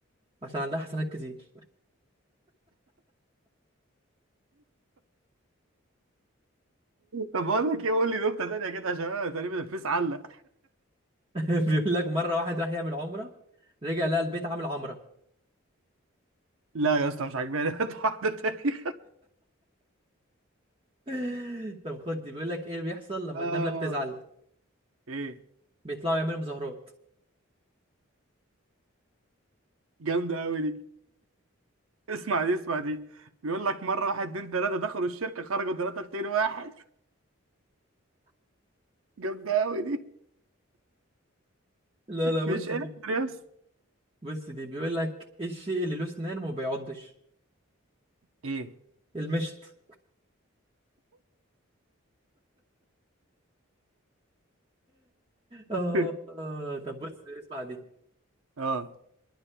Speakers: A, on the right; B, on the right.
A: عشان عندها حسنات كتير
B: طب بقول لك إيه قول لي نكتة تانية كده عشان أنا تقريبا الفيس علق
A: <laughs> بيقول لك مره واحد راح يعمل عمره رجع لقى البيت عامل عمره
B: لا يا اسطى مش عاجباني <laughs> هات واحدة تانية
A: <laughs> طب خد دي بيقول لك ايه اللي بيحصل لما
B: اه
A: النمله بتزعل
B: ايه
A: بيطلعوا يعملوا مظاهرات
B: جامدة قوي دي اسمع دي اسمع دي بيقول لك مرة واحد اتنين تلاتة دخلوا الشركة خرجوا تلاتة اتنين واحد <laughs> جامدة قوي دي
A: لا لا بص
B: مش قادر
A: دي
B: يا اسطى
A: بص دي بيقول لك ايه الشيء اللي له اسنان وما بيعضش
B: ايه
A: المشط آه
B: <laughs>
A: آه، طب بص اسمع دي
B: اه